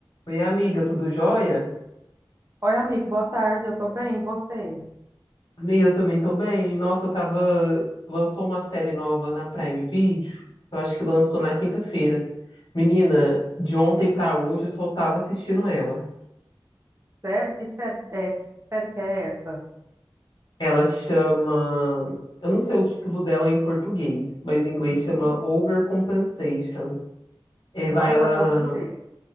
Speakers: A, on the left; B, on the right.
A: Oi, amiga, tudo jóia?
B: Oi, amigo, boa tarde, eu tô bem, e você?
A: Amiga, eu também tô bem. Nossa, eu tava. Lançou uma série nova na Prime Video. Eu acho que lançou na quinta-feira. Menina, de ontem pra hoje eu só tava assistindo ela.
B: Sério? Que série, é, que série que é essa?
A: Ela chama. Eu não sei o título dela em português, mas em inglês
B: Uhum.
A: chama Overcompensation. É,
B: Nossa,
A: vai, ela
B: é sobre o quê?